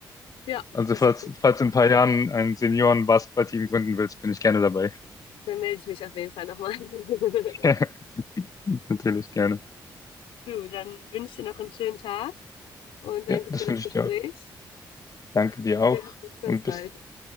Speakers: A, on the left; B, on the left.
A: ja
B: Also
A: das,
B: falls, falls in ein paar Jahren ein Senioren-Basketballteam gründen willst, bin ich gerne dabei.
A: dann melde ich mich auf jeden Fall nochmal. <laughs>
B: <laughs> Natürlich gerne.
A: Du, dann wünsche ich dir noch einen schönen Tag und danke
B: Ja, das
A: für das
B: wünsche
A: Gespräch.
B: ich dir auch. Danke dir auch
A: Wir hören uns ganz
B: und
A: bald.
B: bis,